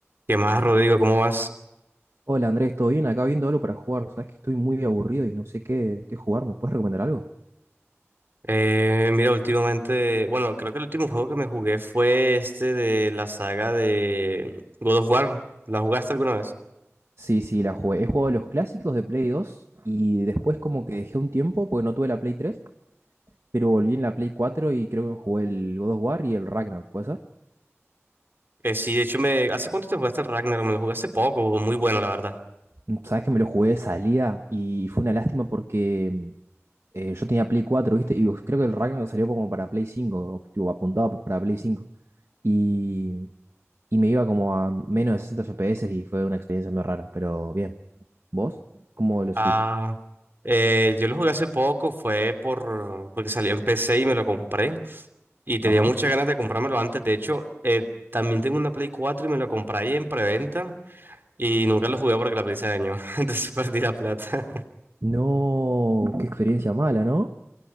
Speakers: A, on the right; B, on the right.
A: ¿Qué más, Rodrigo? ¿Cómo vas?
B: Hola Andrés, ¿todo bien? Acá viendo algo para jugar. Sabes que estoy muy aburrido y no sé qué, qué jugar. ¿Me puedes recomendar algo?
A: Eh, mira, últimamente, bueno, creo que el último juego que me jugué fue este de la saga de God of War. ¿La jugaste alguna vez?
B: Sí, sí, la jugué. He jugado los clásicos de Play dos y después como que dejé un tiempo porque no tuve la Play tres, pero volví en la Play cuatro y creo que me jugué el God of War y el Ragnar, ¿puede ser?
A: Eh, sí, de hecho, me... ¿hace cuánto te jugaste el Ragnar? Me lo jugué hace poco, muy bueno, la verdad.
B: Mm, Sabes que me lo jugué de salida y fue una lástima porque mm, eh, yo tenía Play cuatro, ¿viste? Y creo que el Ragnar salió como para Play cinco, tipo, apuntado pa- para Play cinco Y, y me iba como a menos de 60 FPS y fue una experiencia muy rara, pero bien. ¿Vos? ¿Cómo lo sentiste?
A: Ah, eh, yo lo jugué hace poco, fue por... porque salió en PC y me lo compré. Y tenía
B: Ajá.
A: muchas ganas de comprármelo antes. De hecho, eh, también tengo una Play 4 y me la compré ahí en preventa. Y nunca lo jugué porque la Play se dañó. <laughs> Entonces perdí la plata.
B: No, qué experiencia mala, ¿no?